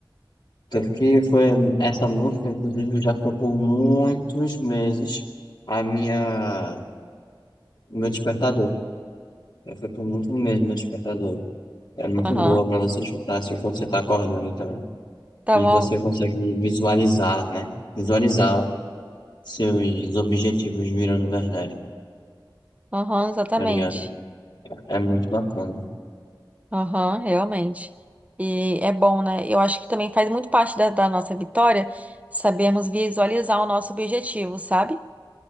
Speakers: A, on the left (about 60°); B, on the right (about 15°).
A: tanto que foi essa música, inclusive, já foi por muitos meses a minha, meu despertador. Já foi por muitos meses meu despertador. É muito
B: Aham.
A: boa para você escutar assim quando você está acordando também.
B: Tá
A: E
B: bom.
A: você consegue visualizar, né? Visualizar seus objetivos virando verdade,
B: Aham, exatamente.
A: tá ligado? É muito bacana.
B: Aham, realmente. E é bom, né? Eu acho que também faz muito parte da, da nossa vitória sabermos visualizar o nosso objetivo, sabe?